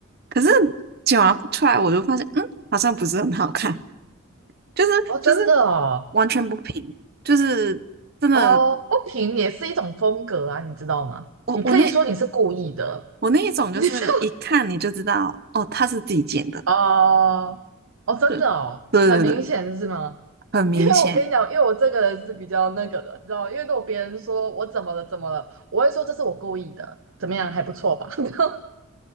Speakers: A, on the right; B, on the right.
A: 可是剪完出来我就发现，嗯，好像不是很好看，就是就是
B: 哦，真的哦，
A: 完全不平，就是真的，
B: 哦，不平也是一种风格啊，你知道吗？
A: 我我那
B: 你可以说你是故意的，
A: 我那一种就是一看你就知道，
B: <laughs> 你是
A: 哦，他是自己剪的，
B: 哦，哦，真的哦，
A: 对，对对对，
B: 很明显是吗？<laughs>
A: 很明显。
B: 因为我跟你讲，因为我这个人是比较那个的，你知道吗因为如果别人说我怎么了怎么了，我会说这是我故意的，怎么样还不错吧？<laughs>